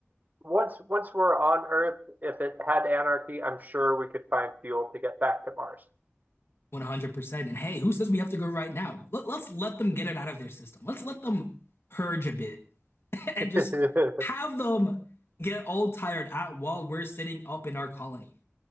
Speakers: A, on the right (about 40°); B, on the left (about 65°).
A: once once we're on Earth, if it had anarchy, I'm sure we could find fuel to get back to Mars.
B: 100%. And hey, who says we have to go right now? Let, let's let them get it out of their system. Let's let them purge a bit <laughs> and
A: <laughs>
B: just have them get all tired out while we're sitting up in our colony.